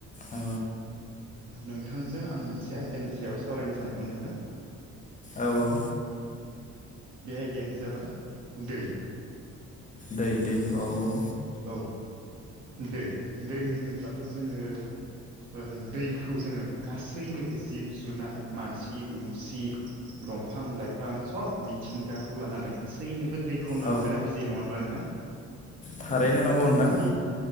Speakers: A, on the left; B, on the right.
A: औ
B: नोंथांजों आं मोनसे आयदानि सायाव सावरायनो सानदोंमोन नोंथां
A: औ औ
B: बे आयदायानो जाबाय दै
A: दै दै औ औ
B: औ दै दै होनोब्लाथ' जोङो ओ दैखौ जोङो गासैनोबो जिब जुनार मानसि दुमसि दंफां लाइफां सब मिथिंगाखौ लानानै गासैनोबो दैखौ
A: औ
B: गोनांथि जायो नङा होनोमबब्ला नोंथां
A: थारैनो
B: औ
A: नंगौ नोंथां
B: बि